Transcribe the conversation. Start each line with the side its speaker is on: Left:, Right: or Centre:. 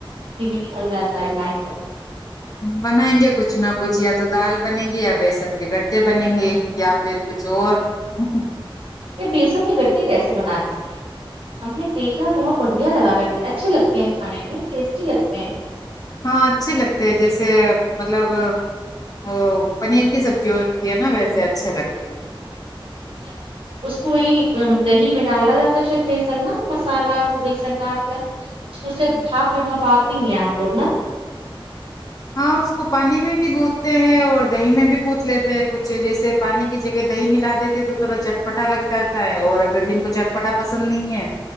Right: اسی میں نکل جاتا ہے ٹائم
Left: بنائیں گے کچھ نہ کچھ یا تو دال بنیں گے یا بیسن کے گڈھے بنیں گے یا پھر کچھ اور <unintelligible>
Right: یہ بیسن کی گٹی کیسے بناتی ہیں ہم نے دیک کھ بہت بڑھیا لگا کرتے ہیں اچھے لگتے ہیں کھانے میں ٹیسٹی لگتے ہیں
Left: ہاں اچھے لگتے ہیں جیسے مطلب وہ پنیر کی سبزی ہوتی ہے نا ویسے اچھے لگتے ہیں
Right: ا <unintelligible> اس کو وہی دہی میں ڈالا جاتا شاید بیسن نا مسالہ وہ بیسن ڈال کر اس سے بھاپ میں بھپاتی ہی ہیں آپ لوگ نا
Left: ہاں اس کو پانی میں بھی گدتے ہیں اور دہی میں بھی گد لیتے ہیں کچھ جیسے پانی کی جگہ دہی ملا دیتے تو تھوڑا چٹپٹا لگ جاتا ہے اور اگر جن کو چٹپٹا پسند نہیں ہے